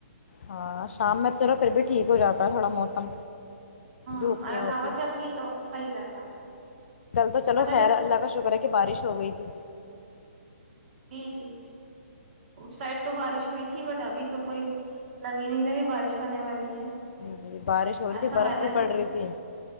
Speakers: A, on the left; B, on the right.
A: ہاں شام میں چلو پھر بھی ٹھیک ہو جاتا ہے تھوڑا موسم
B: ہوں
A: دھوپ نہیں
B: اگر
A: ہوتی
B: ہوا چلتی ہے تو صحیح رہتا ہے
A: کل تو چلو
B: بٹ اگر
A: خیر اللہ کا شکر ہے کہ بارش ہو گئی تھی
B: جی جی سائڈ تو بارش ہوئی تھی بٹ ابھی تو کوئی لگی ہی نہیں رہی بارش ہونے والی ہے
A: جی بارش ہو رہی
B: ایسا
A: تھی برف
B: ویدر
A: بھی پڑ
B: ہی نہیں
A: رہی تھی